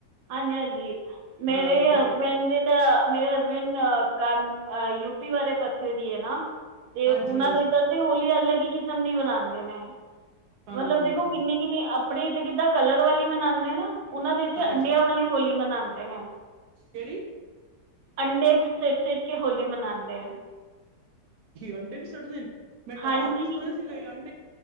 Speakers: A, on the right; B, on the right.
A: ਹਾਂਜੀ-ਹਾਂਜੀ ਮੇਰੇ
B: ਹਾਂ ਦਿੱਲੀ
A: ਹਸਬੈਂਡ ਦੇ। ਤਾਂ ਮੇਰੇ ਹਸਬੈਂਡ ਕਾਨ, ਯੂਪੀ ਵਾਲੇ ਪਾਸੇ ਦੀ ਹੈ ਨਾ? ਤੇ
B: ਹਾਂਜੀ
A: ਓਨ੍ਹਾਂ
B: ਹਾਂਜੀ
A: ਦੇ ਇਧਰ ਤੇ, ਹੋਲੀ ਅਲੱਗ ਹੀ ਕਿਸਮ ਦੀ ਮਨਾਂਦੇ ਨੇ।
B: ਹਾਂਜੀ
A: ਮਤਲਬ ਦੇਖੋ
B: ਹਾਂਜੀ
A: ਕਿੰਨੀ-ਕਿੰਨੀ ਅਪਣੇ ਤੇ ਕਿੱਦਾਂ ਕਲਰ ਵਾਲੀ ਮਣਾਂਦੇ ਨਾ ਉਹਨਾਂ ਦੇ।
B: ਹਾਂਜੀ
A: ਅੰਡਿਆਂ ਵਾਲੀ ਹੋਲੀ ਮਨਾਂਦੇ ਨੇ।
B: ਕਿਹੜੀ
A: ਅੰਡੇ ਸਿਰ ਸਿਰ ਕੇ ਹੋਲੀ ਮਨਾਉਂਦੇ ਹੈ
B: ਅਂਡੇ ਵੀ ਸੁੱਟਦੇ ਨੇ ਮੈਂ ਟਮਾਟਰ
A: ਹਾਂਜੀ
B: ਸੁਣਿਆ ਸੀਗਾਡ